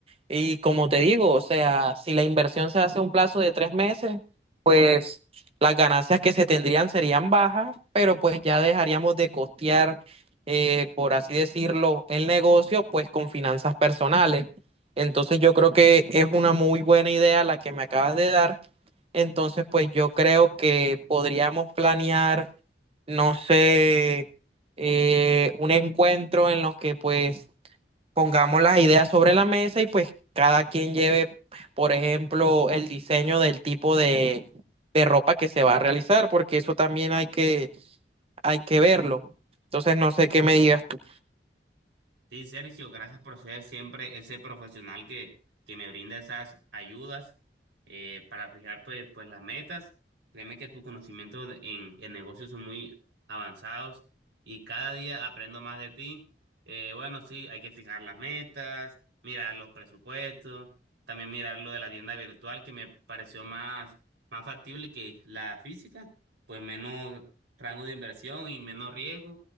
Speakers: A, on the right; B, on the right.
A: Y como te digo, o sea, si la inversión se hace a un plazo de tres meses, pues las ganancias que se tendrían serían bajas, pero pues ya dejaríamos de costear, eh, por así decirlo, el negocio, pues con finanzas personales. Entonces yo creo que es una muy buena idea la que me acabas de dar. Entonces, pues yo creo que podríamos planear, no sé eh, un encuentro en los que pues pongamos las ideas sobre la mesa y pues cada quien lleve, por ejemplo, el diseño del tipo de, de ropa que se va a realizar, porque eso también hay que, hay que verlo. Entonces no sé qué me digas tú.
B: Sí, Sergio, gracias por ser siempre ese profesional que, que me brinda esas ayudas eh, para fijar pues, pues las metas. Créeme que tus conocimientos de- en, en negocios son muy avanzados y cada día aprendo más de ti. Eh, bueno, sí, hay que fijar las metas, mirar los presupuestos, también mirar lo de la tienda virtual que me pareció más, más factible que la física, pues menos rango de inversión y menos riesgo.